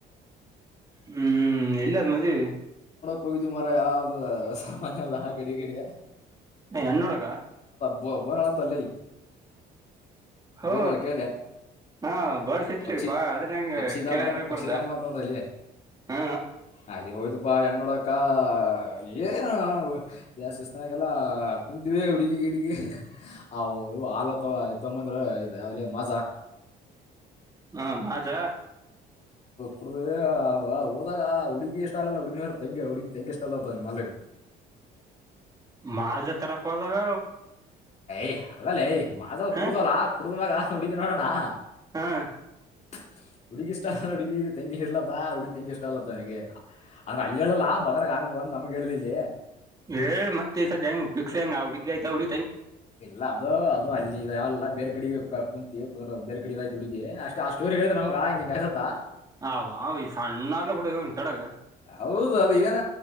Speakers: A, on the right; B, on the left.
A: ಹ್ಮ್ ಎಲ್ಲದ್ ಮದ್
B: ಕೊಗಿದ್ದು ಮಾರ ಯ ಸಾಮನ್ಯಲ್ಲಾ ಕಡಿ ಕಡಿ
A: ಎನ್ೋಡಕ
B: ಬೋ ಬೋನಾಳ ಹತ್ತಲ್ಲ
A: ಹೋ
B: ಬೋನಾಳ ಕೇಳಿದೆ
A: ಹಾ ಬರ್ಡ್ ಸೆಂಚುರಿಪಾ
B: ಪಕ್ಷಿ
A: ಅದನ್ನ ಹೆಂಗ
B: ಪಕ್ಷಿಧಾಮ
A: ಕೇಳಾರಕ್
B: ಏನು ಪಕ್ಷಿಧಾಮ
A: ಬರಾ
B: ಆತ್ ನೋಡು ಅಲ್ಲಿ
A: ಹ
B: ಅಲ್ಲಿ ಹಯ್ದಪಾ ಎನ್ನೋಡ ಕಾ ಏ ಜಸ್ ಇಸ್ನ ಕಲ್ಲ ಹ್ವಿ ಹುಡುಗಿ ಗಿಡ್ಗಿ ಆ ಹಲ ತೊಂಬಂದ್ರ ಇ ಯಲೇ ಮಜಾ <inaudible>
A: ಹಾ ಹೋದ
B: ಕೊಡ ಹದಾಗ ಹಡು ಇಷ್ಟಾಾಲಲ್ಲ ಅಡಿವರ ತಂಗ ಹಡುಕಿ ತಂಗಗೆ ಇಷ್ಟಲ್ಲತಾವ ಮಲಗ
A: ಮಾಜ ತರಕದಾಗ
B: ಯ ಅಲ್ಲಲ್ಲಯ ಮಾಸದ
A: ಹ
B: ಕುಡದಲಾ ಕುಡದಮಾಗಾ ಕುಡಿಕಣಣಣಾ
A: ಹಾ
B: <inaudible> ಹುಗಿ ಇಷ್ಟ ಅಲ್ಲ ಹುಗ ಇ ತಂಗಿ ಇಲತ್ತ ಹುಗಿ ತೆಂಗಿ ಇಷ್ಟ ಅಲ್ಲತ್ತ ಅವನಿಗೆ ಅಂದ್ರೆ ಅಲ್ಲಿ ಹೇಳಲ್ಲ ಬಗ ಆಮ ಬಂದ್ ನಮ್ಗೆ ಹೇಳುದಿಲ್ಲ
A: ಏ ಮತ್ತೆ ಈ ಸದ ಹೆಂಗ್ ಪಿಕ್ಸ್ ಹೆಂಗ ಹುಡಗಿ ಆಯತ ಹಡ
B: ಇಲ್ಲ ಅದು ಅದು ಅಲ್ಲಿ ಯಾವಲ್ಲ ಬೇರೆ ಕಡೆ ಕುಂತಿ ಕುಂದ್ರ ಬೇರೆ ಕಡೆ ಇದ ಆಯ್ ಹುಡುಗಿ ಅಷ್ಟ ಆ ಸ್ಟೋರಿ ಹೇಳಿದ್ ನಮಗ ಹಿಂಗಯಸತ್ತತ್
A: ಹ ಅವ ಈ ಸಣ್ಣ ಎಲ್ಲ ಬಿಡ ಕೆಡಗ
B: ಹೌದು ಅದ ಏನ